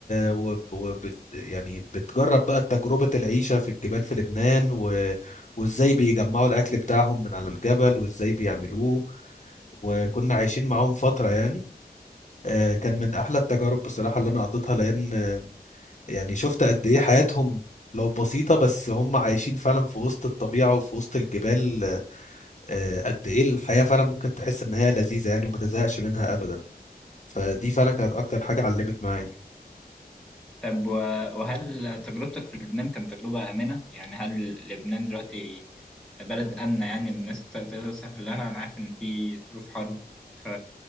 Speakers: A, on the left; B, in the centre.
A: و... وبت... يعني بتجرب بقى تجربة العيشة في الجبال في لبنان و... وازاي بيجمعوا الأكل بتاعهم من على الجبل وازاي بيعملوه وكنا عايشين معاهم فترة يعني آه، كان من أحلى التجارب بصراحة اللي أنا قضيتها لأن آه، يعني شفت قد إيه حياتهم لو بسيطة بس هم عايشين فعلا في وسط الطبيعة وفي وسط الجبال آه، قد إيه الحياة فعلا ممكن تحس إن هي لذيذة يعني وما تزهقش منها أبدا فدي فعلا كانت أكتر حاجة علمت معايا
B: طب و- وهل تجربتك في لبنان كانت تجربة آمنة؟ يعني هل لبنان دلوقتي بلد آمنة يعني الناس تقدر تسافر لها؟ أنا عارف إن في ظروف حرب في